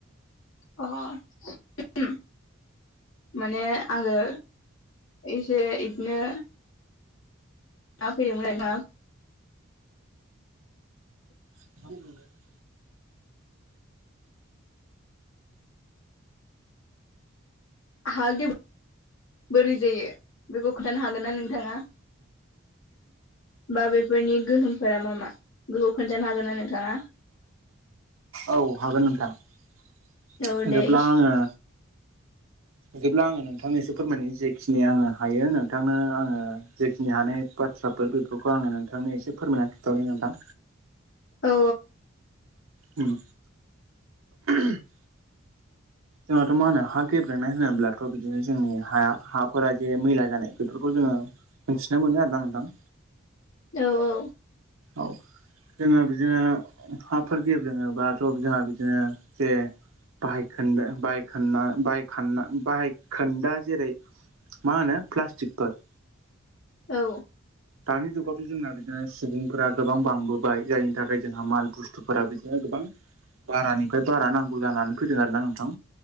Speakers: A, on the left (about 75°); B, on the right (about 80°).
A: अ <unintelligible> माने आङो एसे इदिनो आ <unintelligible>
B: <inaudible>
A: हालदे बोरै जायो बेखौ खोन्थानो हागोन ना नोंथाङा? बा बेफोरनि गोहोमफोरा मा मा बेखौ खोन्थानो हागोन ना नोंथाङा?
B: औ हागोन नोंथां
A: औ दे
B: जेब्ला
A: इसे
B: आङो दिब्ला आङो नोंथांनोसे फोरमायनो जेखिनि आङो हायो नोंथांनो आङो जेखिनि हानाय बा थ्राफोर बेफोरखौ आङो नोंथांनो एसे फोरमायनानै खिथाहरनि नोंथां
A: औ
B: उम <unintelligible> जोंहाथ' मा होनो हा गेब्रेना होनोब्ला थ' बिदिनो जोंनि हाया हाफोरा जे मैला जानाय बेफोरखौ जोङो मोनथिनो मोनो आरोना नोंथां
A: औ औ
B: औ जोङो बिदिनो हाफोर गेब्लेङोबाथ' जोंहा बिदिनो जे बाइक खोनद बाहाय खोनना बाहाइक ख बाहायखोन्दा जेरै मा होनो प्लास्टिकफोर
A: औ
B: दानि जुगावथ' जोंना बिदिनो सुबुं फोर गोबां बांबोबाय जायनि थाखाय जोंहा माल बुस्थुफोरा बिदिनो गोबां बारानिफ्राय बारा नांगौ जानानै फैदों आरोना नोंथां